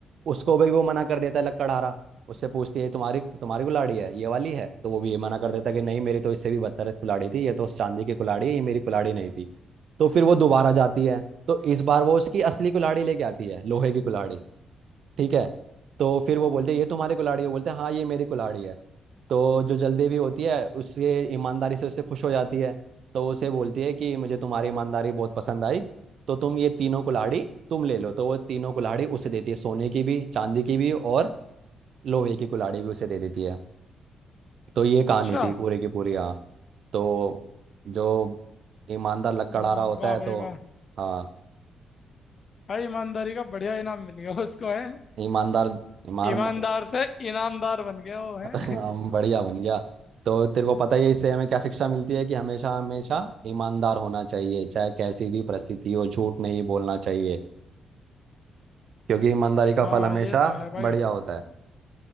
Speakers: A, on the right (about 60°); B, on the left (about 50°).
A: उसको भी वो मना कर देता है लकड़हारा उससे पूछती है तुम्हारी तुम्हारी कुल्हाड़ी है ये वाली है तो वो भी ये मना कर देता है कि नहीं मेरी तो इससे भी बदतर कुल्हाड़ी थी ये तो चांदी की कुल्हाड़ी है ये मेरी कुल्हाड़ी नहीं थी तो फिर वो दोबारा जाती है तो इस बार वो उसकी असली कुल्हाड़ी लेके आती है लोहे की कुल्हाड़ी ठीक है तो फिर वो बोलते हैं ये तुम्हारी कुल्हाड़ी है बोलते हैं हाँ ये मेरी कुल्हाड़ी है तो जो जल्दीवी होती है उससे ईमानदारी से उससे खुश हो जाती है तो उसे बोलती है कि मुझे तुम्हारी ईमानदारी बहुत पसंद आई तो तुम ये तीनों कुल्हाड़ी तुम ले लो तो वो तीनों कुल्हाड़ी उसे देती है सोने की भी चांदी की भी और लोहे की कुल्हाड़ी भी उसे दे देती है तो ये कहानी
B: अच्छा
A: थी पूरी की पूरी हाँ तो जो ईमानदार लकड़हारा
B: हम्म,
A: होता
B: वाह
A: है तो
B: भाई वाह
A: हाँ
B: भाई ईमानदारी का बढ़िया इनाम मिल गया उसको है
A: ईमानदार ईमान
B: ईमानदार से ईनामदार बन गया वो है
A: हम बढ़िया बन गया तो तेरे को पता ही है इससे हमें क्या शिक्षा मिलती है कि हमेशा हमेशा ईमानदार होना चाहिए चाहे कैसी भी परिस्थिति हो झूठ नहीं बोलना चाहिए क्योंकि ईमानदारी का
B: हाँ
A: फल हमेशा
B: ये तो है भाई
A: बढ़िया होता है